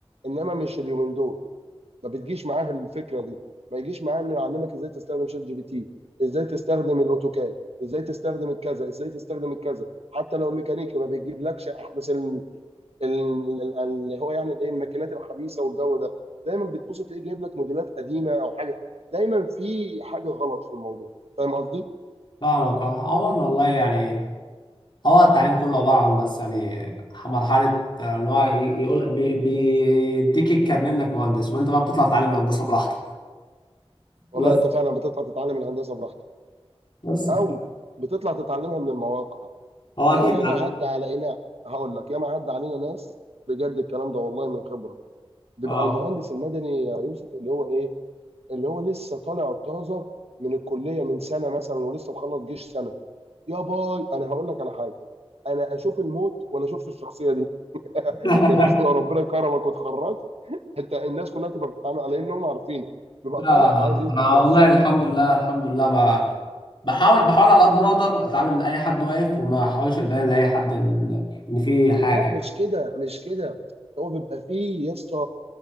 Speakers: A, on the right (about 80°); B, on the left (about 50°).
A: انما مش اليومين دول ما بتجيش معاه الفكره دي ما يجيش معاه انه يعلمك ازاي تستخدم شات جي بي تي ازاي تستخدم الاوتوكاد ازاي تستخدم الكذا ازاي تستخدم الكذا حتى لو ميكانيكي ما بيجيبلكش احدث ال- ال- ال- اللي هو يعني الايه الماكينات الحديثه والجو ده دايما بتبص تلاقيه جايب لك موديلات قديمه او حاجه دايما في حاجه غلط في الموضوع فاهم قصدي؟
B: فاهمك اه عموما والله يعني هو التعليم كله عبارة عن بس يعني مرحلة آه، إن هو ي- يقول بي- بيديك الكارنيه إنك مهندس وأنت بقى بتطلع تعلم الهندسة براحتك
A: والله
B: بس
A: انت فعلا بتطلع تتعلم الهندسه براحتك
B: بس
A: او
B: كده.
A: بتطلع تتعلمها من المواقع
B: هو أكيد
A: يا
B: تعلم
A: ما عدى علينا هقول لك يا ما عدى علينا ناس بجد الكلام ده والله من خبره بيبقى
B: أه
A: المهندس المدني يا يوسف اللي هو ايه اللي هو لسه طالع طازه من الكليه من سنه مثلا ولسه مخلص جيش سنه يا باي انا هقول لك على حاجه انا اشوف الموت ولا اشوفش الشخصيه دي <laughs>
B: <laughs> لا
A: يعني انت لو ربنا كرمك واتخرجت انت الناس كلها تبقى بتتعامل على انهم عارفين بيبقى
B: لا لا
A: طالع عايز يثبت
B: أنا
A: نفسه
B: والله الحمد لله الحمد لله ما بحاول بحاول على قد ما أقدر أتعلم من أي حد واقف وما أحاولش أبين لأي حد إن إن في حاجة
A: لا
B: يعني.
A: مش كده مش كده هو بيبقى فيه يا اسطى